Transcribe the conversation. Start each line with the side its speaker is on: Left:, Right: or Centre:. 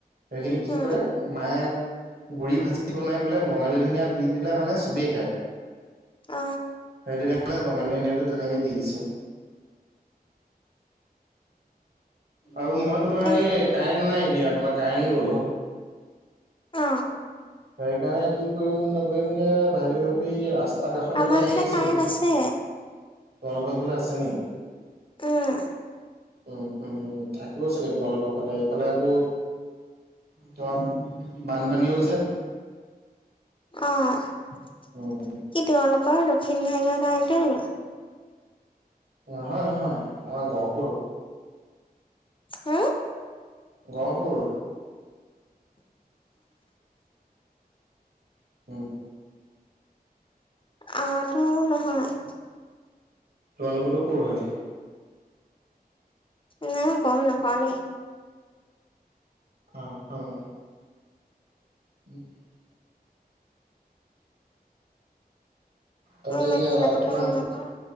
Right: সেইখিনি কি
Left: উম
Right: কৰে মায়ে গুড়ি ভাজি বনাই পেলাই বঙালী ধনিয়া দি দিলে মানে চবেই খায়।
Left: অ,
Right: সেইটো বঙালী ধনিয়াটো তেনেকৈ দি দিছে। আৰু মই তোমাৰ
Left: কেন
Right: এই কাৰেন নাই এতিয়া তোমাৰ কাৰেন গ'ল।
Left: অ,
Right: সেইকাৰণে কি কৰিম নকৰিমকে ভাবি- ভাবি ৰা তাৰ কাষলৈকে
Left: আমাৰ এইফালে
Right: আহি
Left: কাৰেণ্ট
Right: চকীখন!
Left: আছে
Right: তোমালোকৰ ফালে আছে নি?
Left: উম,
Right: উম, উম, থাকিব চাগে তোমালোকৰ ফালে! এইফালে আকৌ তোমাৰ বানপানীও যে!
Left: অঁহ', কি
Right: উম
Left: তোমালোকৰ দক্ষিণ ভাঙা কাৰনতো নেকি!
Right: নহয়, নহয়, আমাৰ গহপুৰ।
Left: হা!
Right: গহপুৰ। উম,
Left: আমাৰতো নহয়।
Right: তোমালোকৰ তো ক'ৰ হয়?
Left: মই গম নাপাওঁ দেই!
Right: অ', -অ',। উম, তাকে
Left: মই ইমান
Right: এতিয়া
Left: সেইবিলাক কথা
Right: তোমাক,
Left: গম নাপাওঁ